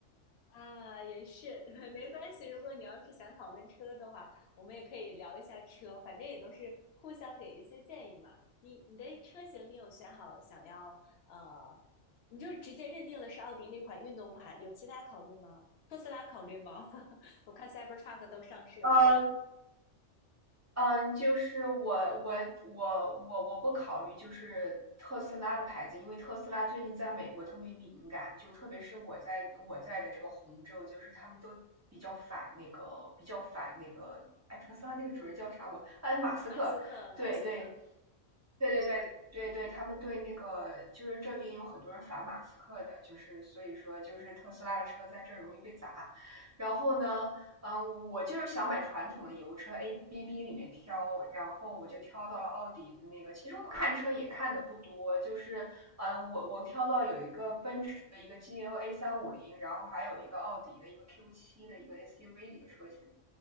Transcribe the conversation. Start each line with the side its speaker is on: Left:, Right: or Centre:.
Left: 啊，也是，<laughs> 没关系。如果你要是想讨论车的话，我们也可以聊一下车，反正也都是互相给一些建议嘛。你你的车型你有选好想要呃，你就直接认定了是奥迪那款运动款，有其他考虑吗？特斯拉考虑吗？<laughs> 我看 Cybertruck 都上市了，
Right: <laughs> 呃，嗯，就是我我我我我不考虑就是特斯拉的牌子，因为特斯拉最近在美国特别敏感，就特别是我在我在的这个红州，就是他们都比较反那个比较反那个，哎，特斯拉那个主人叫啥我？哎，马斯克，
Left: 马斯克，马斯克，
Right: 对对，对对对对对，他们对那个就是这边有很多人反马斯克的，就是所以说就是特斯拉的车在这儿容易被砸。然后呢，嗯，我就是想买传统的油车，ABB 里面挑，然后我就挑到了奥迪的那个。其实我看车也看的不多，就是嗯，我我挑到有一个奔驰的一个 GLA 三五零，然后还有一个奥迪的一个 Q 七的一个 SUV 的一个车型。